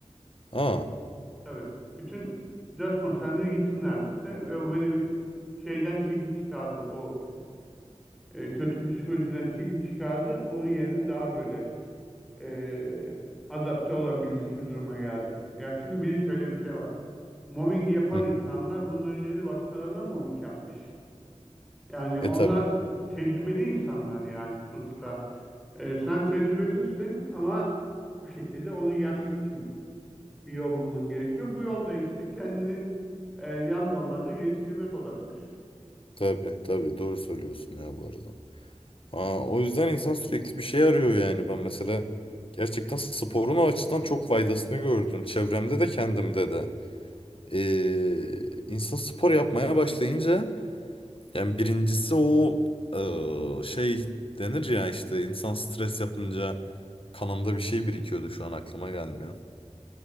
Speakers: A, on the left (about 50°); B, in the centre.
A: Aa.
B: Tabii. Bütün caz konserlerine gittim neredeyse. Ve bu beni bir şeyden çekip çıkardı. O e, kötü psikolojiden çekip çıkardı. Onun yerine daha böyle e, adapte olabilmiş bir duruma geldim. Ya çünkü bir de şöyle bir şey var. Mobbingi yapan
A: Hı hı.
B: insanlar bundan önce de başkalarına mobbing yapmış. Yani onlar
A: E tabii.
B: tecrübeli insanlar yani sonuçta. Ee, sen tecrübesizsin ama bu şekilde onu yenmek için bir yol bulman gerekiyor. Bu yolda işte kendini e, yan dallarda geliştirmek olabilir.
A: Tabii. Tabii. Doğru söylüyorsun ya bu arada. Aa, o yüzden insan sürekli bir şey arıyor yani. Ben mesela gerçekten sporun o açıdan çok faydasını gördüm. Çevremde de kendimde de. Ee, insan spor yapmaya başlayınca Yani birincisi o eee, şey denir ya işte insan stres yapınca kanında bir şey birikiyordu şu an aklıma gelmiyor.